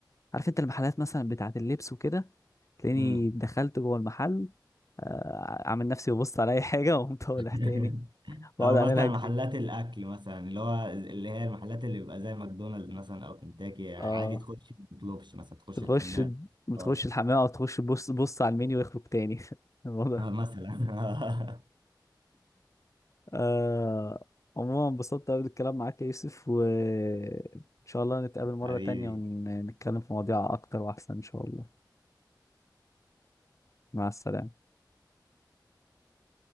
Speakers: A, on the left; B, on the right.
A: عارف انت المحلات مثلا بتاعه اللبس وكده تلاقيني
B: امم
A: دخلت جوه المحل آه، اعمل نفسي ببص على اي حاجه <laughs> وقمت طالع
B: <laughs>
A: تاني بقعد
B: او
A: اعملها
B: مثلا محلات
A: كتير
B: الاكل مثلا اللي هو اللي هي المحلات اللي بيبقى زي ماكدونالدز مثلا او كنتاكي يعني
A: اه
B: عادي تخش ما تطلبش مثلا تخش
A: تخش
B: الحمام
A: بتخش
B: تقعد
A: الحمام او تخش بص بص على المنيو ويخرج تاني <laughs> الموضوع
B: آه، مثلا
A: آه عموما انبسطت قوي بالكلام معاك يا يوسف وان شاء الله نتقابل مرة
B: <laughs> حبيبي
A: تانية ونتكلم في مواضيع اكتر واحسن ان شاء الله مع السلامة